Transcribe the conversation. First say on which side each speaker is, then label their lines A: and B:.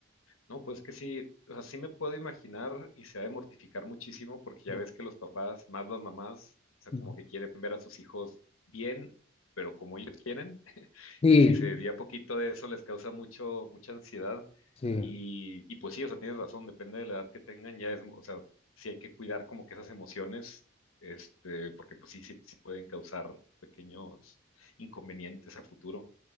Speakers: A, on the left (about 85°); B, on the left (about 30°).
A: No, pues que sí, o sea, sí me puedo imaginar y se ha de mortificar muchísimo porque ya
B: Sí.
A: ves que los papás, más las mamás, o sea,
B: Ujú.
A: como que quieren ver a sus hijos bien, pero como ellos quieren, <laughs>
B: Sí,
A: y si se desvía poquito de eso les causa mucho, mucha ansiedad.
B: Sí.
A: Y, y pues sí, o sea, tienes razón, depende de la edad que tengan, ya es, o sea, sí hay que cuidar como que esas emociones, este, porque pues sí, sí, sí pueden causar pequeños inconvenientes a futuro.